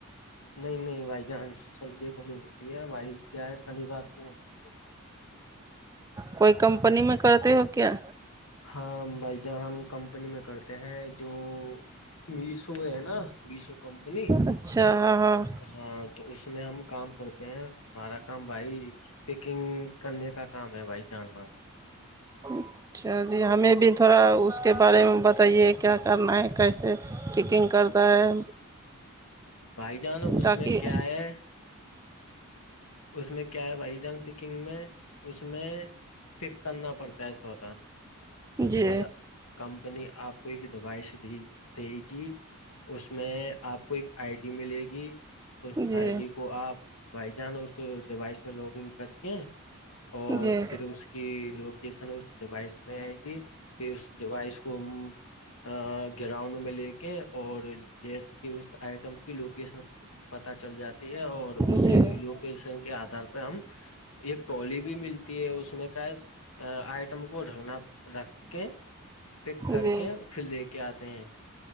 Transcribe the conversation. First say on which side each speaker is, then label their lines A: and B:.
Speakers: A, on the left; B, on the right.
A: نہیں نہیں بھائی جان سنڈے کو نہیں ہوتی ہے بھائی کیا ہے شنیوار کو ہوتی ہے
B: کوئی کمپنی میں کرتے ہو کیا
A: ہاں بھائی جان ہم کمپنی میں کرتے ہیں جو میشو ہے نا میشو کمپنی
B: اچھا ہاں ہاں
A: ہاں تو اس میں ہم کام کرتے ہیں ہمارا کام بھائی پیکنگ کرنے کا کام ہے بھائی جان
B: اچھا جی ہمیں بھی تھوڑا اس کے بارے میں بتائیے کیا کرنا ہے کیسے کیکنگ کرتا ہے
A: بھائی جان اس
B: تاکہ
A: میں کیا ہے اس میں کیا ہے بھائی جان پ کنگ میں اس میں پک کرنا پڑتا ہے سودا بت
B: جی
A: والا کمپنی آپ کو ایک ڈیوائس دی دے کہ اس میں آپ کو ایک آئی ڈی ملے گی اس
B: جی
A: آئی ڈی کو آپ بھائی جان اس ڈیوائس میں لوگنگ کر کے اور
B: جی جی
A: پھر اس کی لوکیشن اور اس ڈیوائس میں آئے گی کہ اس ڈیوائس کو ہم گراؤنڈ میں لے کے اور جیسے کہ اس آئٹم کی لوکیشن پتا چل جاتی ہے اور اسی
B: جی
A: لوکیشن کے آدھار پہ ہم ایک ٹولی بھی ملتی ہے اس میں کا ہے آئٹم کو رکھنا رکھ کے پیک کر
B: جی
A: کے پھر لے کے آتے ہیں